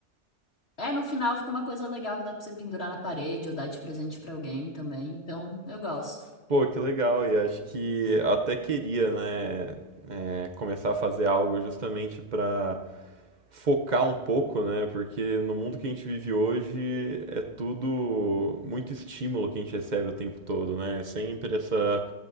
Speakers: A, on the left; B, on the right.
A: é, no final fica uma coisa legal que dá pra você pendurar na parede ou dar de presente pra alguém também. Então, eu gosto.
B: Pô, que legal, e acho que até queria, né, é, começar a fazer algo justamente para focar um pouco, né, porque no mundo que a gente vive hoje é tudo muito estímulo que a gente recebe o tempo todo, né, é sempre essa,